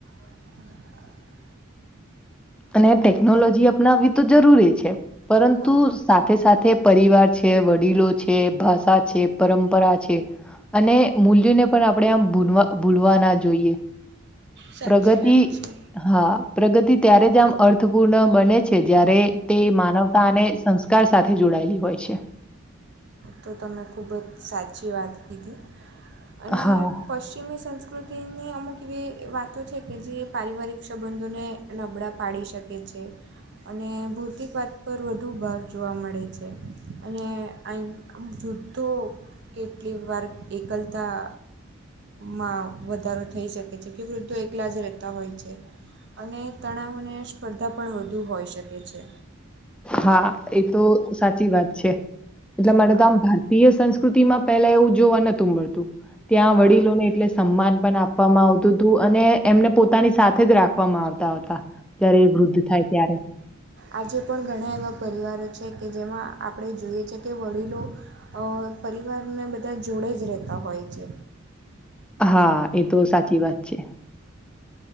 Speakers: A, on the right; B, in the centre.
A: હ
B: અને ટેકનોલોજી અપનાવવી તો જરૂરી છે પરંતુ
A: હા
B: સાથે સાથે પરિવાર છે વડીલો છે ભાષા છે પરંપરા છે અને મૂલ્યોને પણ આપણેે આમ ભ ભૂલવા ના જોઈએ
A: સાચી
B: પ્રગતિ
A: વાત છે
B: હા પ્રગતિ ત્યારે જેમ અર્થપૂર્ણ બને છે જય્યારે તે માનવ તા અને સંસ્કાર સાથે જોડાયેલી હોય છે
A: તો તમને ખૂબ જ સાચી વાત કીધી અને
B: હા.
A: પશ્ચિમી સંસ્ક સંકૃતિની અમુક એવી વાતો છે કે જે પારિવારિક સંબંધોને નબળા પાડી શકે છે અને ભૌતિક વાદ પર વધુ ભાર જોવા મળે છે અને આ વૃદ્ધો કેટલી વાર એકલતા માં વધારો થઈ શકે છે કે વૃદ્ધો એકલા જ રહેતા હોય છે અને તણાવને સ્પર્ધા પણ વધુ હોઈ શકે છે
B: હા એ તો સાચી વાત છે એટલે મારે
A: હા
B: તો આમ ભાર ય સંસ્કૃતિ માં પેલા એવું જોવા નતું મળતું ત્યાં
A: હા
B: વડીલો ને એટલે સન્માન પણ આપવામાં આવતું હતું અને એમને પોતાની સાથે જ રાખ આપવામાં આવતા હતા ત્યારે એ વૃદ્ધ થાય ત્યારે
A: આજે પણ ઘણા એવા પરિવારો છે કે જેમાં આપણે જોઈએ છે કે વડીલો પરિવારને બધા જોડે જ રહેતા હોય છે
B: હા એ તો સાચી વાત છે